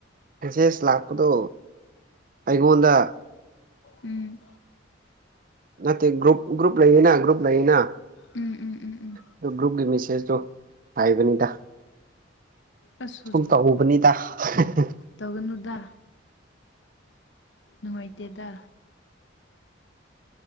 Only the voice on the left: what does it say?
ꯎꯝ
ꯎꯝ ꯎꯝ ꯎꯝ ꯎꯝ
ꯑꯁ
ꯇꯧꯒꯅꯨꯗꯥ ꯅꯨꯡꯉꯥꯏꯇꯦꯗꯥ